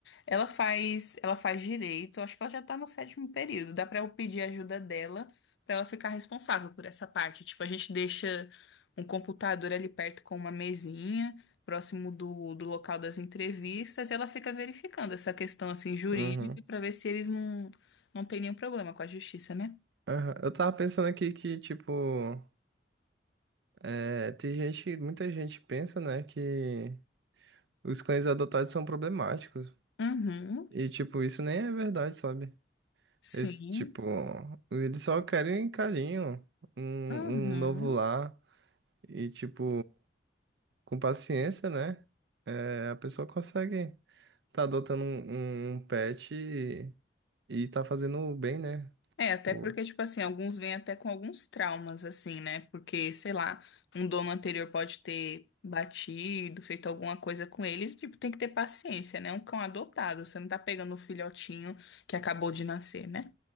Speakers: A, on the left (about 70°); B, on the right (about 70°).
A: Ela faz, ela faz direito, acho que ela já tá no sétimo período. Dá pra eu pedir a ajuda dela pra ela ficar responsável por essa parte. Tipo, a gente deixa um computador ali perto com uma mesinha, próximo do, do local das entrevistas, e ela fica verificando essa questão assim jurídica
B: uhum,
A: pra ver se eles não não tem nenhum problema com a justiça, né?
B: aham. Eu tava pensando aqui que, tipo, é, tem gente, muita gente pensa, né, que os cães adotados são problemáticos,
A: Uhum,
B: e, tipo, isso nem é verdade, sabe?
A: sim.
B: Eles, tipo, eles só querem um carinho, um,
A: Uhum.
B: um novo lar, e, tipo, com paciência, né, é, a pessoa consegue tá adotando um, um um pet E tá fazendo bem, né?
A: É,
B: Tipo,
A: até porque, tipo assim, alguns vêm até com alguns traumas, assim, né? Porque, sei lá, um dono anterior pode ter batido, feito alguma coisa com eles, e, tipo, tem que ter paciência, né? Um cão adotado, você não tá pegando o filhotinho que acabou de nascer, né?